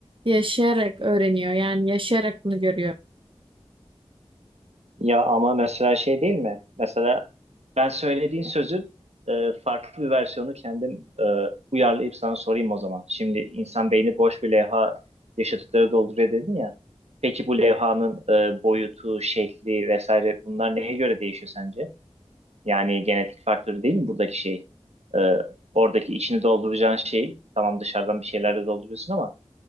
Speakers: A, on the right (about 55°); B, on the right (about 80°).
A: yaşayarak öğreniyor. Yani yaşayarak bunu görüyor.
B: Ya ama mesela şey değil mi? Mesela ben söylediğin sözün e, farklı bir versiyonu kendim e, uyarlayıp sana sorayım o zaman. Şimdi insan beyni boş bir levha yaşadıkları dolduruyor dedin ya. Peki bu levhanın e, boyutu, şekli vesaire bunlar neye göre değişiyor sence? Yani genetik faktörü değil mi buradaki şey? E, oradaki içini dolduracağın şey tamam dışarıdan bir şeylerle dolduruyorsun ama